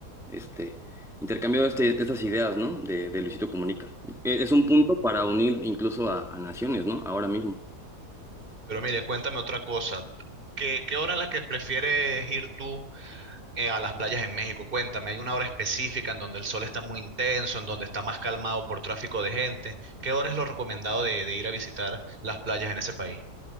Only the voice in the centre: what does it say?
este, intercambiado este, estas ideas, ¿no? De, de Luisito Comunica. E- Es un punto para unir incluso a, a naciones, ¿no? Ahora mismo.